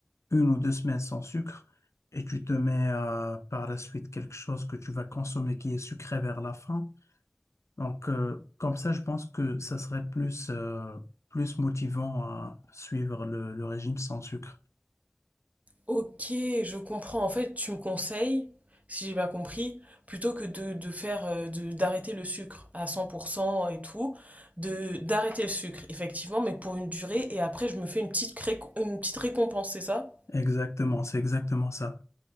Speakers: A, on the left; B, on the right.
A: une ou deux semaines sans sucre et tu te mets euh, par la suite quelque chose que tu vas consommer qui est sucré vers la fin. Donc, euh, comme ça, je pense que ça serait plus, euh, plus motivant à suivre le le régime sans sucre.
B: Ok, je comprends. En fait, tu me conseilles, si j'ai bien compris, plutôt que de, de faire euh, de- d'arrêter le sucre à 100% et tout, de d'arrêter le sucre, effectivement, mais pour une durée, et après je me fais une petite, cré- une petite récompense, c'est ça?
A: Exactement, c'est exactement ça.